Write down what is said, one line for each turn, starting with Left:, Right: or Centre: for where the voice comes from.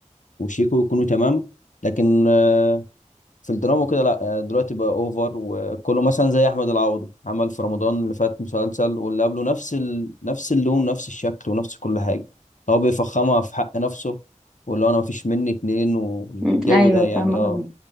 Left: وشيكو يكونوا تمام لكن آه، في الدراما كده لا آه، دلوقتي بقى اوفر وكله مثلا زي احمد العوضي عمل في رمضان اللي فات مسلسل واللي قبله نفس ال... نفس اللون نفس الشكل ونفس كل حاجه هو بيفخمها في حق نفسه واللي هو انا مفيش مني اتنين والجو
Centre: مم، ايوه
Left: ده يعني
Centre: فاهمه
Left: اه
Centre: قوي